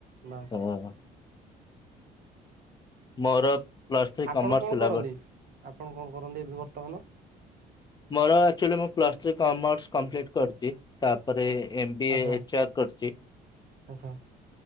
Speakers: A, on the right; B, on the left.
A: ବାସ୍
B: ହଁ। ମୋର ପ୍ଲସ ଥ୍ରୀ
A: ଆପଣ
B: କମର୍ସ
A: କଣ
B: ଥିଲା
A: କରନ୍ତି?
B: ବଟ
A: ଆପଣ କଣ କରନ୍ତି ଏବେ ବର୍ତ୍ତମାନ?
B: ମୋର ଆକ୍ଚୁଲି ମୁଁ ପ୍ଲସ ଥ୍ରୀ କମର୍ସ କମ୍ପ୍ଲିଟ କରଛି। ତାପରେ ଏମବିଏ
A: ଆଚ୍ଛା
B: ଏଚାଆର କରିଛି
A: ଆଚ୍ଛା